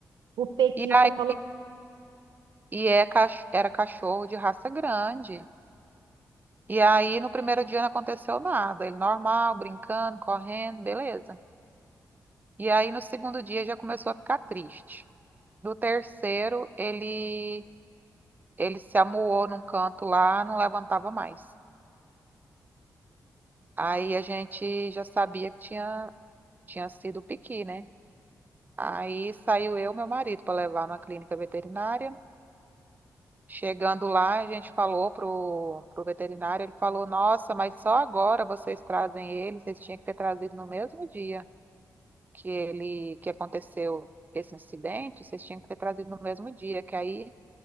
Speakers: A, on the right; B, on the right.
A: o pequi,
B: E aí,
A: você falou,
B: e é, cach- era cachorro de raça grande. E aí, no primeiro dia não aconteceu nada. Ele normal, brincando, correndo, beleza. E aí, no segundo dia, já começou a ficar triste. No terceiro, ele Ele se amuou num canto lá, não levantava mais. Aí a gente já sabia que tinha, tinha sido piqui, né? Aí saiu eu e meu marido para levar na clínica veterinária. Chegando lá, a gente falou pro, pro veterinário, ele falou, nossa, mas só agora vocês trazem ele, vocês tinham que ter trazido no mesmo dia que ele que aconteceu esse incidente, vocês tinham que ter trazido no mesmo dia, que aí,